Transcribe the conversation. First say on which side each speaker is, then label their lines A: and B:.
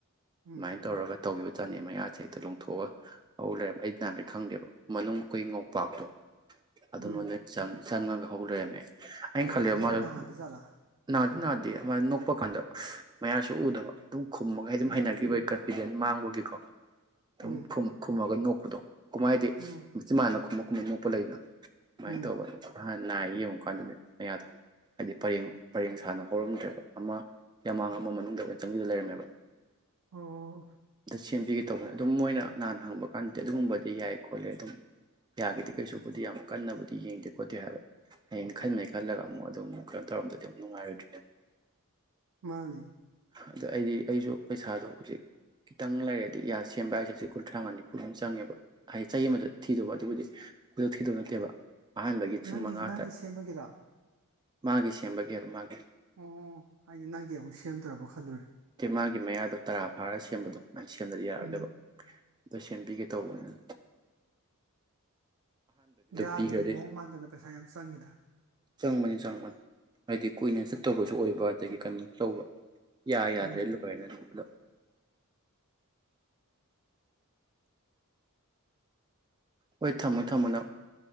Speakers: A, on the right (about 65°); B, on the right (about 20°).
A: ꯎꯝ
B: ꯑꯗꯨꯃꯥꯏꯅ ꯇꯧꯔꯒ ꯇꯧꯒꯤꯕ ꯆꯥꯅꯦ ꯃꯌꯥꯁꯦ ꯍꯦꯛꯇ ꯂꯣꯡꯊꯣꯛꯑꯒ ꯍꯧ ꯂꯩꯔ ꯑꯩꯗꯤ ꯅꯍꯥꯈꯩ ꯈꯪꯗꯦꯕ ꯃꯅꯨꯡ ꯈꯣꯢ ꯉꯧꯄꯥꯛꯇꯣ ꯑꯗꯣ
A: ꯎꯝ
B: ꯅꯣꯏ ꯅꯣꯏ ꯆꯥꯡ ꯆꯪꯉꯒ ꯍꯧꯂꯩꯏꯔꯝꯃꯦ ꯑꯩꯅ
A: ꯍꯩꯃ
B: ꯈꯟꯂꯦ
A: ꯑꯗꯨꯗꯤ
B: ꯃꯗꯣ
A: ꯅꯥꯗꯖꯥꯠꯂꯥ
B: ꯅ ꯑꯗꯨ ꯅꯗꯦ ꯑꯃ ꯅꯣꯛꯄ ꯀꯥꯟꯗ ꯃꯌꯥꯁꯨ ꯎꯗꯕ ꯑꯗꯨꯝ ꯈꯨꯝꯃꯒꯩ ꯑꯗꯨꯝ
A: ꯎꯝ
B: ꯍꯩꯅꯅꯒꯤꯕ ꯑꯩ ꯐꯤꯗꯦꯠ ꯃꯥꯡ ꯕꯨꯗꯦꯀꯣ ꯑꯗꯨꯝ
A: ꯎꯝ
B: ꯈꯨꯝ ꯈꯨꯝꯃꯥꯒ ꯅꯣꯛ ꯄꯗꯣ ꯀꯨꯝ ꯍꯥꯏꯗꯤ
A: ꯎꯝ
B: ꯃꯆꯤꯟ ꯃꯥꯟꯗꯣ ꯈꯨꯝꯃ ꯈꯨꯝꯃ ꯉꯣꯛꯄ ꯂꯩꯗꯅ ꯑꯃꯥꯏꯅ
A: ꯎꯝ
B: ꯇꯧꯕ ꯅꯍꯥꯟ ꯅꯥꯏꯌꯦ ꯌꯦꯡꯉꯨꯀꯥꯟꯗꯗꯤ ꯃꯌꯥꯗꯣ ꯍꯥꯏꯗꯤ ꯄꯔꯦꯡ ꯄꯔꯦꯡ ꯁꯥꯥꯟꯅ ꯍꯧꯔꯝꯗ꯭ꯔꯦꯕ ꯑꯃ ꯌꯥꯝꯃꯥꯡ ꯑꯃ ꯃꯅꯨꯡꯗ ꯑꯣꯏꯅ ꯆꯪꯖꯤꯟꯂ ꯂꯩꯔꯝꯃꯦꯕ
A: ꯑꯣ
B: ꯑꯗ ꯁꯦꯝꯕꯤꯒꯦ ꯇꯧꯕꯅꯦ ꯑꯗꯨ ꯃꯣꯏꯅ ꯅꯍꯟ ꯍꯪꯕ ꯀꯥꯟꯗꯗꯤ ꯑꯗꯨꯒꯨꯝꯕꯗꯤ ꯌꯥꯏ ꯈꯣꯠꯂꯦ ꯑꯗꯨꯝ ꯌꯥꯒꯤꯗꯤ ꯀꯩꯁꯨꯕꯨꯗꯤ ꯌꯥꯝ ꯀꯟꯅꯕꯨꯗꯤ ꯌꯦꯡꯗꯦ ꯈꯣꯠꯇꯦ ꯍꯥꯏꯕ ꯍꯌꯦꯡ ꯈꯟꯉꯩ ꯈꯜꯂꯒ ꯑꯃꯨꯛ ꯑꯗꯨꯝꯛ ꯀꯩꯅꯣ ꯇꯧꯔꯝꯗꯗꯤ ꯑꯃꯨꯛ ꯅꯨꯡꯉꯥꯏꯔꯣꯏꯗ꯭ꯣꯏꯅꯦꯕ
A: ꯃꯥꯅꯤ
B: ꯑꯗꯩ ꯑꯩꯗꯤ ꯑꯩꯖꯨ ꯄꯩꯁꯥꯗꯣ ꯍꯧꯖꯤꯛ ꯈꯤꯇꯪ ꯂꯩꯔꯗꯤ ꯌꯥ ꯁꯦꯝꯕ ꯍꯥꯏꯁꯦ ꯆꯍꯤ ꯀꯨꯟꯊ꯭ꯔꯥ ꯅꯤꯐꯨꯗꯨꯝ ꯆꯪꯉꯦꯕ ꯍꯥꯏꯗꯤ ꯆꯍꯤ ꯑꯃꯗ ꯊꯤꯗꯧꯕ ꯑꯗꯨꯕꯨꯗꯤ ꯈꯨꯗꯛ ꯊꯤꯗꯧ ꯅꯠꯇꯦꯕ ꯑꯍꯥꯟꯕꯒꯤ ꯄꯨꯡ
A: ꯅꯪꯒꯤ
B: ꯃꯉꯥ
A: ꯅꯪꯒꯤ
B: ꯇ
A: ꯁꯦꯝꯕꯒꯤꯔꯣ
B: ꯃꯥꯒꯤ ꯁꯦꯝꯕꯒꯤ ꯍꯥꯢꯕ ꯃꯥꯒꯤ
A: ꯑꯣ ꯍꯥꯏꯗꯤ ꯅꯪꯒꯤ ꯑꯃꯨꯛ ꯁꯦꯝꯗ꯭ꯔꯣꯕ ꯈꯜꯂꯨꯔꯦ
B: ꯇꯦ ꯃꯥꯒꯤ ꯃꯌꯥꯗꯣ ꯇꯔꯥ ꯐꯥꯔ ꯁꯦꯝꯕꯗꯣ ꯑꯗꯨꯃꯥꯏꯅ ꯁꯦꯝꯗꯗꯤ ꯌꯥꯔꯣꯏꯗꯕ
A: ꯎꯝ
B: ꯑꯗꯨꯗ ꯁꯦꯝꯕꯤꯒꯦ ꯇꯧꯕꯅꯦ
A: ꯌꯥꯒꯤꯁꯦ
B: ꯄꯤꯈ꯭ꯔꯗꯤ
A: ꯃꯑꯣꯡ ꯃꯥꯟꯗꯅ ꯄꯩꯁꯥ ꯌꯥꯝ ꯆꯪꯉꯤꯗ
B: ꯆꯪꯕꯅꯤ ꯆꯪꯕꯅꯤ ꯍꯥꯏꯗꯤ ꯀꯨꯏꯅ ꯆꯠꯇꯧꯕꯁꯨ ꯑꯣꯏꯕ ꯑꯗꯒꯤ ꯀꯩꯅꯣ ꯇꯧꯕ ꯌꯥ ꯌꯥꯗ꯭ꯔꯦ
A: ꯎꯝ
B: ꯂꯣ ꯍꯥꯏꯅ ꯄꯨꯂꯞ ꯍꯣꯏ ꯊꯝꯃꯣ ꯊꯝꯃꯣ ꯅꯪ